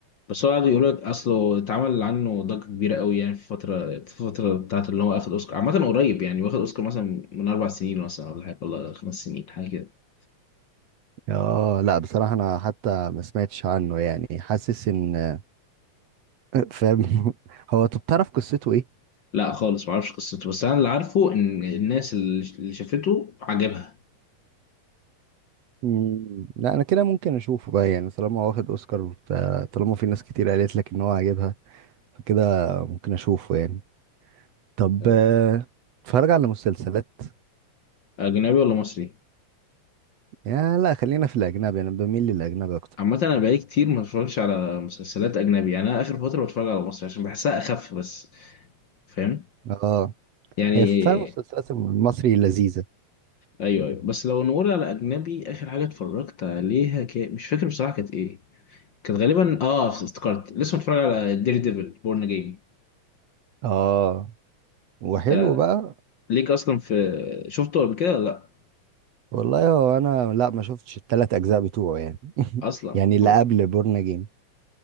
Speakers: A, on the left; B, on the right.
A: بس هو قعدوا يقولوا لك اصله اتعمل عنه ضجة كبيرة قوي يعني في فترة في فترة بتاعت اللي هو اخد اوسكار عامة قريب يعني واخد اوسكار مثلا من اربع سنين مثلا ولا حاجة ولا خمس سنين حاجة كده.
B: اه لا بصراحة انا حتى ما سمعتش عنه يعني حاسس ان <laughs> فاهم هو طب تعرف قصته ايه؟
A: لا خالص معرفش قصته بس انا اللي عارفه ان الناس اللي اللي شافته عجبها
B: مم، لا انا كده ممكن اشوفه بقى يعني طالما هو واخد اوسكار ف- طالما في ناس كتير قالت لك ان هو عاجبها فكده ممكن اشوفه يعني طب
A: ايوه
B: آه، اتفرج على مسلسلات
A: اجنبي ولا مصري
B: يا لا خلينا في الاجنبي انا بميل للاجنبي اكتر
A: عامة انا بقالي كتير ما بتفرجش على مسلسلات اجنبي يعني انا اخر فترة بتفرج على مصري عشان بحسها اخف بس فاهم
B: اه
A: يعني
B: هي فعلا المسلسلات المصري لذيذة
A: ايوه ايوه بس لو نقول على اجنبي اخر حاجة اتفرجت عليها ك... مش فاكر بصراحة كانت ايه كانت غالبا اه افتكرت لسه متفرج على دير ديفل بورن جيم
B: اه وحلو
A: انت
B: بقى
A: ليك اصلا في شفته قبل كده ولا لا
B: والله هو انا لا ما شفتش الثلاث اجزاء بتوعه يعني <laughs>
A: اصلا
B: يعني اللي
A: هو
B: قبل بورن اجين